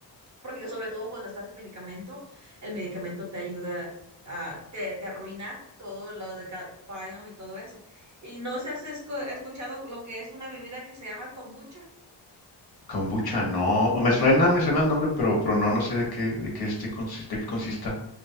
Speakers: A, on the right; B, on the left.
A: porque sobre todo cuando estás en medicamento, el medicamento te ayuda a, te, te arruina todo lo de gut biome y todo eso. Y no sé si has escu- escuchado lo que es una bebida que se llama kombucha.
B: Kombucha, no, me suena, me suena el nombre, pero, pero no, no sé de qué, de qué este consi- de qué consista.